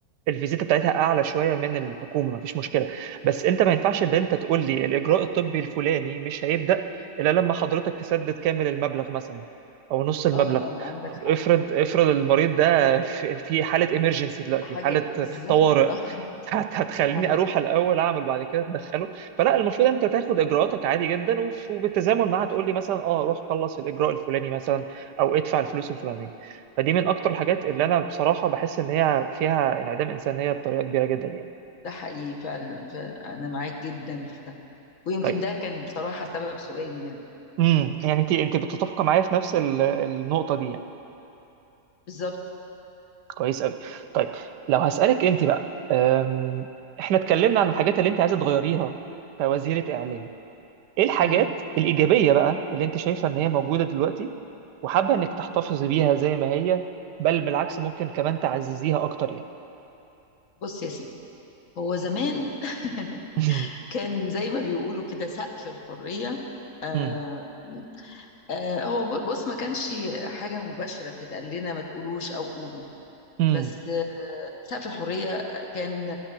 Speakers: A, on the right (about 80°); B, on the left (about 50°).
A: الفيزيتا بتاعتها اعلى شويه من الحكومه ما فيش مشكله بس انت ما ينفعش ان انت تقول لي الاجراء الطبي الفلاني مش هيبدا الا لما حضرتك تسدد كامل المبلغ مثلا او نص المبلغ
B: اه اه عندك
A: طب
B: حق
A: افرض افرض المريض ده في في حاله ايمرجنسي دلوقتي
B: حاجه
A: حاله
B: بالظبط
A: طوارئ
B: اه
A: هت- هتخليني
B: عندك
A: اروح الاول اعمل بعد كده تدخله فلا المفروض انت تاخد اجراءاتك عادي جدا وف- وبالتزامن معاها تقول لي مثلا اه روح خلص الاجراء الفلاني مثلا او ادفع الفلوس الفلانيه فدي من اكتر الحاجات اللي انا بصراحه بحس ان هي فيها انعدام انسانيه بطريقه كبيره جدا يعني
B: ده حقيقي فعلا فانا معاك جدا في ده ويمكن
A: طيب
B: ده كان بصراحه سبب سؤالي يعني
A: امم يعني انت انت بتتفق معايا في نفس ال- النقطه دي يعني
B: بالظبط
A: كويس قوي طيب لو هسالك انت بقى أم، احنا اتكلمنا عن الحاجات اللي انت عايزه تغيريها كوزيره اعلام ايه الحاجات
B: مم.
A: الايجابيه بقى اللي انت شايفه ان هي موجوده دلوقتي وحابه انك تحتفظي بيها زي ما هي بل بالعكس ممكن كمان تعززيها اكتر يعني
B: بص يا سيدي هو زمان
A: <laughs>
B: <laughs> كان زي ما بيقولوا كده سقف الحريه آه
A: مم.
B: آه، هو ب- بص ما كانش حاجة مباشرة بتتقال لنا ما تقولوش أو قولوا
A: مم.
B: بس آه، سقف الحرية كان